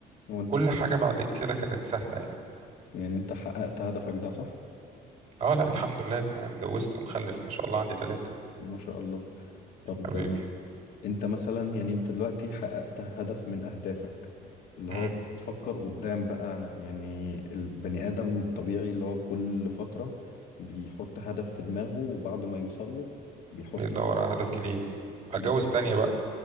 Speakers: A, on the left (about 70°); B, on the right (about 45°).
A: وانت
B: كل
A: ح-
B: حاجة بعد كده كانت سهلة يعني
A: يعني انت حققت هدفك ده صح
B: اه لا الحمد لله تمام اتجوزت ومخلف ما شاء الله عندي ثلاثة
A: ما شاء الله طب
B: حبيبي
A: آه، انت مثلا يعني انت دلوقتي حققت هدف من اهدافك اللي
B: امم
A: هو بتفكر قدام بقى يعني البني ادم الطبيعي اللي هو كل فترة بيحط هدف في دماغه وبعد ما يوصل له بيحط
B: بيدور على هدف جديد اتجوز
A: هدف
B: تانية بقى